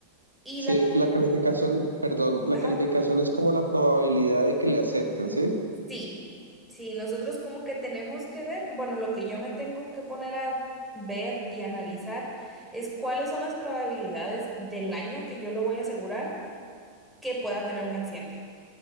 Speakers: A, in the centre; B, on the right.
A: Y
B: Sí,
A: la,
B: la calificación, perdón, la
A: ajá,
B: calificación
A: no.
B: es como la probabilidad de que le acepten, ¿sí?
A: Sí, sí, nosotros como que tenemos que ver, bueno, lo que yo me tengo que poner a ver y analizar es cuáles son las probabilidades del año que yo lo voy a asegurar que pueda tener un accidente.